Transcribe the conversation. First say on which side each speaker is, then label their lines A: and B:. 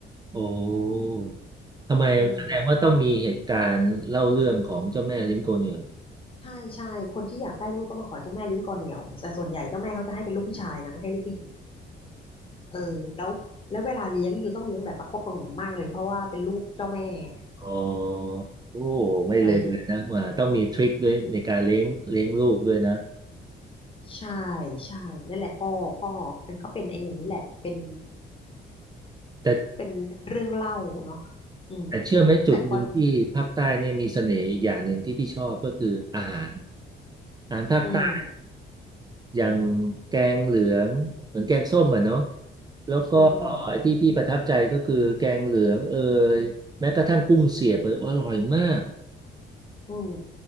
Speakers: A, on the right; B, on the left.
A: โอ้ทำไมแสดงว่าต้องมีเหตุการณ์เล่าเรื่องของเจ้าแม่ลิมโกเนียล
B: อืม ใช่ใช่คนที่อยากได้ลูกก็มาขอเจ้าแม่ลิ้นกอเหนี่ยวแต่ส่วนใหญ่เจ้าแม่เขาจะให้เป็นลูกผู้ชายนะไม่ให้ลูกผู้หญิงเออแล้วแล้วเวลาเลี้ยงคือยูต้องเลี้ยงแบบประคบประหงมมากเลยเพราะว่าเป็นลูกเจ้าแม่ไง
A: อ๋อโอ้ไม่เลวเลยนะว่าต้องมีทริคด้วยในการเลี้ยงเลี้ยงลูกด้วยนะ
B: เออใช่ใช่นั่นแหละก็ก็มันก็เป็นไอ้อย่างนี้แหละเป็น
A: แต่
B: เป็นเป็นเรื่องเล่าเนาะอืม
A: แต่เชื่อไหมจุดหนึ่งที่ภาคใต้เนี่ยมีเสน่ห์อีกอย่างหนึ่งที่พี่ชอบก็คืออาหาร
B: แต่ก็
A: อาหารภาคใต้
B: อืม
A: อย่างแกงเหลืองเหมือนแกงส้มอ่ะเนาะแล้วก็
B: อื
A: ไอ้ที่พี่ประทับใจก็คือแกงเหลืองเอยแม้กระทั่งกุ้งเสียบเอยอร่อยมาก
B: มอืม